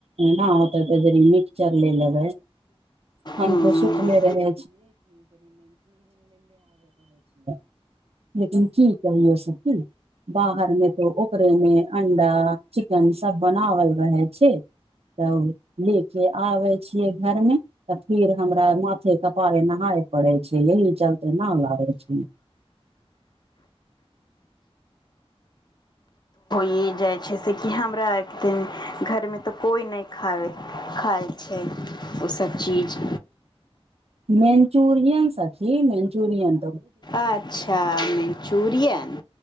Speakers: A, on the right (about 75°); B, on the left (about 45°).
A: न होत तऽ जेनी मिक्सचर लय बै। हम
B: हँ
A: त सुत्लै रहे। <unintelligible> लेकिन की कहियो सखी बाहर मे त। ओकरे में अंडा चिकन सभ बनावल रहे छै। तब ले के आबै छियै घरमे। तऽ फिर हमरा माथे कपारे नहाय पड़े छै। यह चलते न लाबे छिय।
B: इ जाय छै। से कि हमरा एक द घोर में त कोई न खाबे। खाइ छै। ओसभ चीज।
A: मंचूरियन साखी मंचूरियन।
B: अच्छा मंचूरियन।